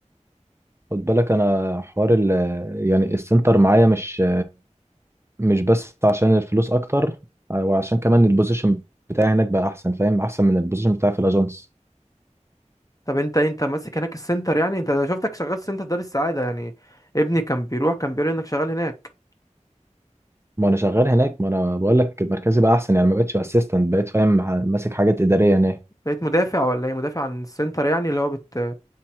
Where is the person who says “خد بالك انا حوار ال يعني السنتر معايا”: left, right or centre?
Right